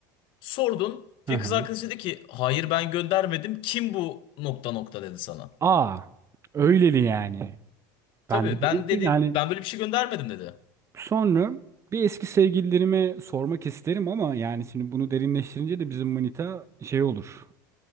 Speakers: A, on the left; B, on the right.
A: sordun
B: Hı
A: ve
B: hı.
A: kız arkadaşı dedi ki hayır ben göndermedim. Kim bu nokta nokta dedi sana.
B: Aa, öyleli yani.
A: Tabii
B: Ben de
A: ben
B: derim ki
A: dedi
B: yani
A: ben böyle bir şey göndermedim dedi.
B: sonra bir eski sevgililerime sormak isterim ama yani şimdi bunu derinleştirince de bizim manita şey olur.